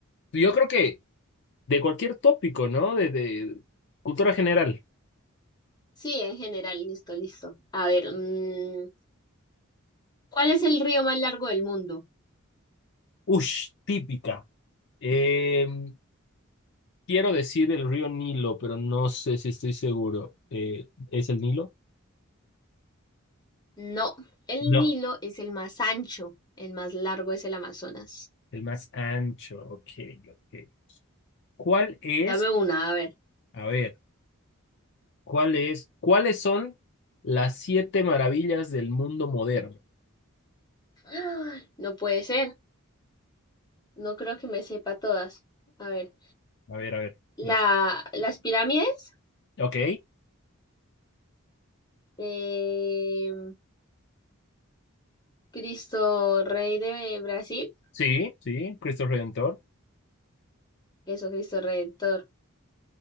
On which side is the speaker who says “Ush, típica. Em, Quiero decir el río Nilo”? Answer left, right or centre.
Left